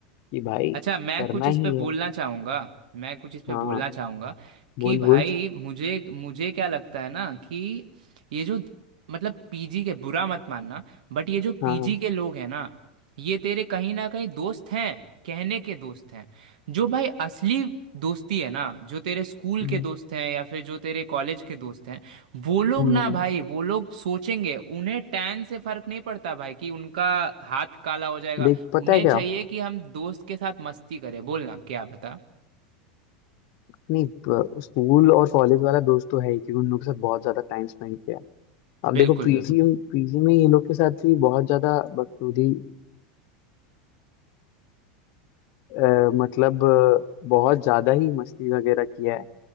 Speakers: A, on the left; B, on the right.
A: कि भाई
B: अच्छा मैं
A: करना
B: कुछ
A: ही
B: इस पे
A: है
B: बोलना चाहूंगा मैं कुछ इस पे
A: हाँ
B: बोलना चाहूंगा
A: बोल
B: कि भाई
A: बोल
B: मुझे मुझे क्या लगता है ना कि ये जो मतलब पीजी के बुरा मत मानना बट ये जो
A: हाँ
B: पीजी के लोग हैं ना ये तेरे कहीं ना कहीं दोस्त हैं कहने के दोस्त हैं जो भाई असली दोस्ती है ना जो तेरे स्कूल
A: हाँ
B: के दोस्त हैं या फिर जो तेरे कॉलेज के दोस्त हैं वो लोग
A: हम्म,
B: ना भाई वो लोग सोचेंगे उन्हें टैन से फर्क नहीं पड़ता भाई कि उनका हाथ काला हो जाएगा
A: देख पता
B: उन्हें
A: है क्या
B: चाहिए कि हम दोस्त के साथ मस्ती करें बोलना क्या बता
A: नहीं प- स्कूल और कॉलेज वाला दोस्त तो है ही क्योंकि उन लोग के साथ बहुत ज्यादा टाइम स्पेंड किया है अब
B: बिल्कुल
A: देखो पीजी
B: बिल्कुल
A: पीजी में ये लोग के साथ भी बहुत ज्यादा बखूबी अ, मतलब अ, बहुत ज्यादा ही मस्ती वगैरह किया है